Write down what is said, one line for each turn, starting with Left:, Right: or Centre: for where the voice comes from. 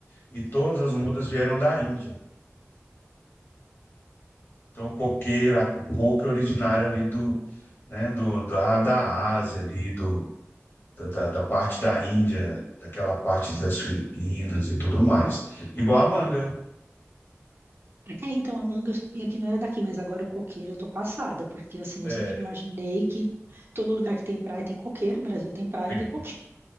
Left: E todas as mudas vieram da Índia. Então, o coqueiro, a- o coco é originário ali do, né, do, da, da Ásia, ali, do, da, da da parte da Índia, daquela parte das Filipinas e tudo mais. Igual a manga.
Right: É, então a manga eu sabia que não era daqui, mas agora o coqueiro eu tô passada, porque assim, eu
Left: É,
Right: sempre imaginei que todo lugar que tem praia tem coqueiro, Brasil tem praia,
Left: tem-
Right: tem coqueiro.